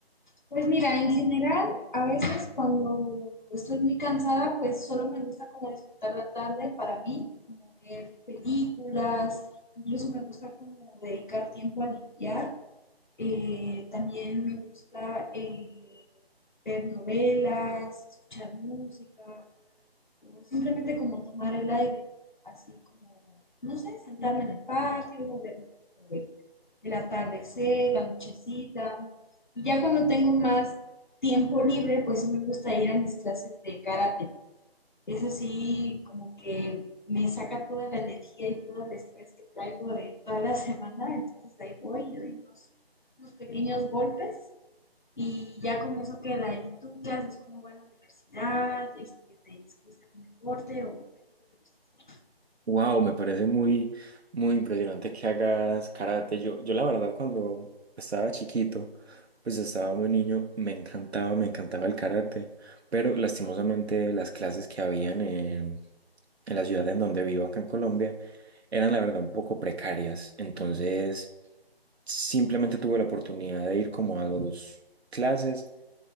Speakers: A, on the left (about 50°); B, on the right (about 85°).
A: Pues mira, en general, a veces cuando estoy muy cansada, pues solo me gusta como disfrutar la tarde para mí, como ver películas, incluso me gusta como dedicar tiempo a limpiar Eh, también me gusta eh, ver novelas, escuchar música, o simplemente como tomar el aire, así como, no sé, sentarme en el patio, ver un poquito de- el atardecer, la nochecita. Y ya cuando tengo más tiempo libre, pues sí me gusta ir a mis clases de karate. Eso sí, como que me saca toda la energía y todo el estrés que traigo de toda la <laughs> semana, entonces ahí voy y doy unos, unos pequeños golpes y ya con eso queda. ¿Y tú qué haces? ¿Cómo va la universidad? Este, ¿te gusta algún deporte o qué es lo que te gusta hacer?
B: Wow, me parece muy, muy impresionante que hagas karate. Yo, yo la verdad, cuando estaba chiquito, pues estaba muy niño, me encantaba, me encantaba el karate, pero lastimosamente las clases que habían en en la ciudad en donde vivo acá en Colombia, eran la verdad un poco precarias. Entonces, simplemente tuve la oportunidad de ir como a dos clases